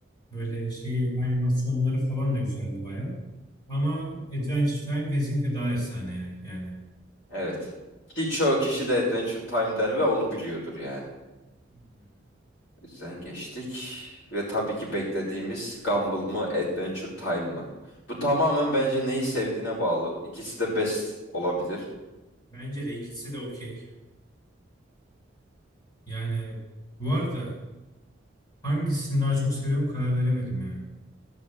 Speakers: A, on the left; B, on the left.
A: böyle şey animasyonları falan da güzeldi baya. Ama Adventure Time kesinlikle daha efsane ya yani.
B: Evet. Ki çoğu kişi de Adventure Time der ve onu biliyordur yani.
A: Aynen öyle.
B: O yüzden geçtik. Ve tabii ki beklediğimiz Gumball mı Adventure Time mı? Bu tamamen bence neyi sevdiğine bağlı. İkisi de best olabilir.
A: Bence de ikisi de okey. Yani bu arada hangisini daha çok seviyorum karar veremedim ya.